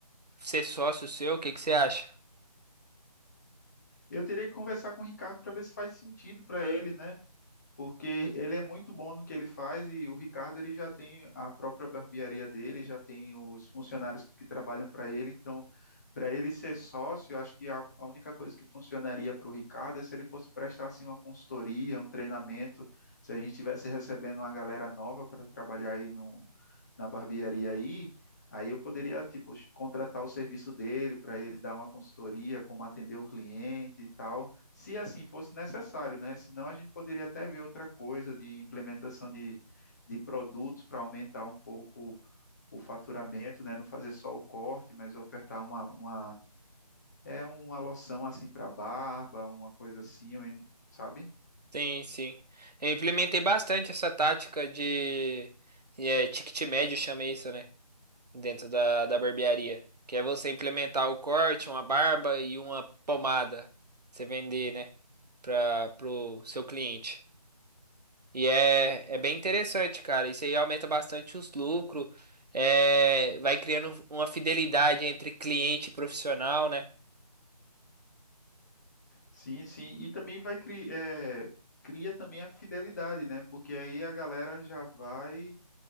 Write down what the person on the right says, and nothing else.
ser sócio seu, o que que você acha?
Sim, sim. Eu implementei bastante essa tática de é, ticket médio, chama isso, né? Dentro da, da barbearia. Que é você implementar o corte, uma barba e uma pomada. Você vender, né? Para pro seu cliente. E é, é bem interessante, cara. Isso aí aumenta bastante os lucros. É, vai criando uma fidelidade entre cliente e profissional, né?